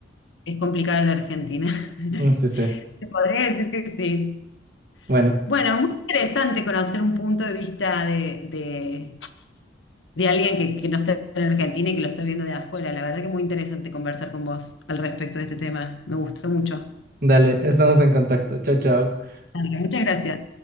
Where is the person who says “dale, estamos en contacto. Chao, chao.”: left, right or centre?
Right